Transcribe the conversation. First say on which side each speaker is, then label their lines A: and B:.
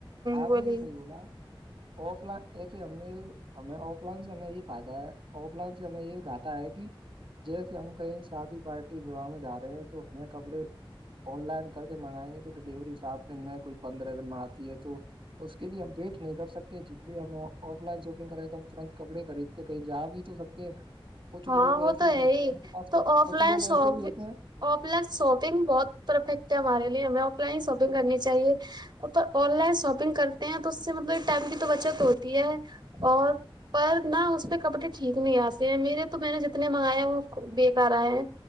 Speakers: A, on the right (about 70°); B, on the right (about 50°).
A: آپ
B: بولیے
A: نے یہ صحیح بولا آف لائن ایسے ہم نے ہمیں آف لائن سے ہمیں یہ فائدہ ہے آف لائن سے ہمیں یہ گھاٹا ہے کہ جیسے ہم کہیں شادی پارٹی وواہ میں جا رہے ہیں تو ہمیں کپڑے آن لائن کر کے منگائیں گے تو ڈیلیوری سات دن میں کوئی پندرہ دن میں آتی ہے تو اس کے لیے ہم ویٹ نہیں کر سکتے جی ج ہم آف لائن شاپنگ کریں تو ہم ترنت کپڑے خرید کے کہیں جا بھی تو سکتے ہیں کچھ
B: ہاں
A: لوگ
B: وہ
A: ایسے
B: تو
A: بھی
B: ہے
A: ہوتے
B: ہی
A: ہیں ان کے پاسب
B: تو آف
A: کچھ
B: لائن
A: لوگ
B: شاپ
A: ایسے بھی ہوتے ہیں
B: آف لائن شاپنگ بہت پرفیکٹ ہے ہمارے لیے ہمیں آف لائن ہی شاپنگ کرنی چاہیے ا تو آن لائن شاپنگ کرتے ہیں تو اس سے مطلب ٹائم کی تو بچت ہوتی ہے اور پر نہ اس پہ کپڑے ٹھیک نہیں آتے ہیں میرے تو میں نے جتنے منگایا ہیں وہ بے کرارا ہیں